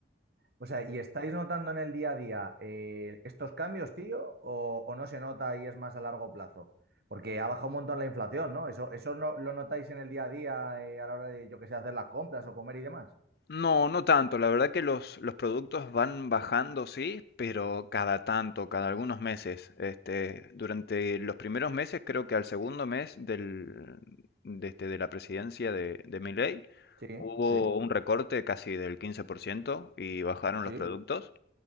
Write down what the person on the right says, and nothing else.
O sea, ¿y estáis notando en el día a día eh, estos cambios, tío? O, o no se nota y es más a largo plazo? Porque ha bajado un montón la inflación, ¿no? ¿Eso, eso no, lo notáis en el día a día eh, a la hora de, yo qué sé, hacer las compras o comer y demás?
Sí,
sí,
sí,